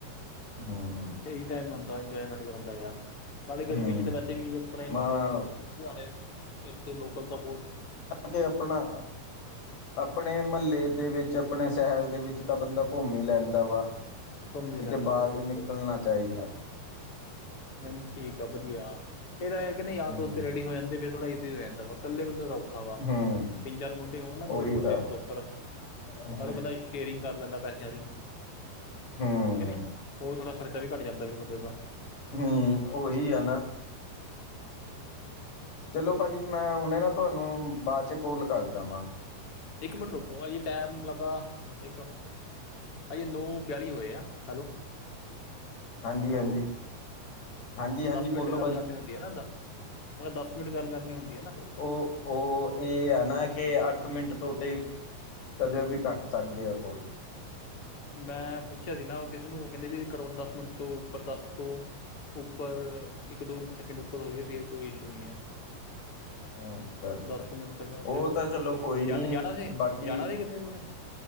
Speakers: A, on the left; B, on the left.
A: ਹੂੰ,
B: ਇਹੀ ਟਾਈਮ ਹੁੰਦਾ ਇੰਜੋਏਮੈਂਟ ਕਰਨ ਦਾ ਯਾਰ। ਨਾਲੇ ਗਰਮੀ
A: ਹੂੰ
B: 'ਚ ਤਾਂ ਵੈਸੇ ਵੀ ਆਪਣੇ ਹੁਣ
A: ਮੈਂ
B: ਲੁਧਿਆਣੇ ਇੱਥੇ ਲੋਕਲ ਤਾਂ ਬਹੁਤ
A: ਕੇ ਆਪਣਾ ਆਪਣੇ ਮਹੱਲੇ ਦੇ ਵਿੱਚ ਆਪਣੇ ਸ਼ਹਿਰ ਦੇ ਵਿੱਚ ਤਾਂ ਬੰਦਾ ਘੁੰਮ ਹੀ ਲੈਂਦਾ ਵਾ।
B: ਕੰਮ ਮਿਲ
A: ਕਿਤੇ
B: ਜਾਂਦਾ
A: ਬਾਹਰ
B: ਵਾ
A: ਵੀ
B: ਬਿਲਕੁਲ
A: ਨਿਕਲਣਾ ਚਾਹੀਦਾ।
B: ਨਹੀਂ ਠੀਕ ਆ ਵਧੀਆ, ਫਿਰ ਐ ਨਾ ਯਾਰ
A: ਹੂੰ
B: ਦੋਸਤ ਰੈਡੀ ਹੋ ਜਾਂਦੇ ਫਿਰ ਥੋੜਾ ਇਜੀ ਹੋ ਜਾਂਦਾ ਵਾ, ਇਕੱਲੇ ਬੰਦੇ ਦਾ ਔ- ਖਾ ਵਾ
A: ਹੂੰ
B: ਤਿੰਨ ਚਾਰ ਮੁੰਡੇ ਹੋਣ ਨਾ ਗਰੁੱਪ
A: ਉਹੀ
B: ਹੋਜੇ
A: ਤਾਂ
B: ਪ੍ਰੋਪਰ।
A: ਹੂੰ
B: ਨਾਲੇ ਬੰਦਾ ਸ਼ੇਅਰਿੰਗ ਕਰ ਲੈਂਦਾ ਪੈਸਿਆਂ ਦੀ।
A: ਹੂੰ
B: ਕੇ ਨਹੀਂ ਉਹ ਥੋੜਾ ਖ਼ਰਚਾ ਵੀ ਘੱਟ ਜਾਂਦਾ ਫਿਰ ਬੰਦੇ ਦਾ।
A: ਹੀ, ਉਹੀ ਆ ਨਾ। ਚਲੋ ਭਾਜੀ ਮੈਂ ਹੁਣੇ ਨਾ ਤੁਹਾਨੂੰ ਬਾਅਦ ਚ ਕੋਲ ਕਰਦਾ ਵਾਂ।
B: ਇੱਕ ਮਿੰਟ ਰੁਕੋ ਜੀ ਟਾਈਮ ਲੱਗਦਾ ਇੱਕ- ਹਜੇ ਨੌ ਬਿਆਲੀ ਹੋਏ ਆ, ਹੈਲੋ-
A: ਹਾਂਜੀ
B: ਹੈਲੋ,
A: ਹਾਂਜੀ ਹਾਂਜੀ ਹਾਂਜੀ
B: ਦਸ ਮਿੰਟ
A: ਬੋਲੋ
B: ਗੱਲ
A: ਭਾਜੀ
B: ਕਰਨੀ ਹੁੰਦੀ ਆ ਨਾ ਓਦਾਂ- ਮਤਲਬ ਦਸ ਕ ਮਿੰਟ ਗੱਲ ਕਰਨੀ ਹੁੰਦੀ ਆ ਨਾ?
A: ਓ ਓ ਇਹ ਆ ਨਾ ਕਿ ਅੱਠ ਮਿੰਟ ਤੋਂ ਉੱਤੇ- ਕਦੇ ਵੀ ਕੱਟ ਸਕਦੇ ਆ ਕੋਲ।
B: ਮੈਂ ਪੁੱਛਿਆ ਸੀ ਨਾ ਉਹ ਕਿਸੇ ਨੂੰ ਓ ਕਹਿੰਦੇ ਵੀ ਘੱਟੋ ਘੱਟ ਦਸ ਮਿੰਟ ਤੋਂ ਉੱਪਰ ਦੱਸ ਤੋਂ- ਉੱਪਰ ਇੱਕ ਦੋ ਸੈਕਿੰਡ ਉੱਪਰ ਹੋ ਜਾਵੇ, ਫੇਰ ਕੋਈ ਇਸ਼ੂ ਨਹੀਂ ਆ।
A: ਅੱਛਾ ਅੱਛਾ
B: ਦਸ ਕੁ ਮਿੰਟ ਤੱਕ
A: ਉਹ
B: ਚਲੋ
A: ਤਾਂ ਕੋਈ ਨਹੀਂ
B: ਜਾਣਾ ਜਾਣਾ ਸੀ
A: ਬਾਕੀ
B: ਜਾਣਾ ਸੀ ਕਿਤੇ ਤੁਸੀਂ?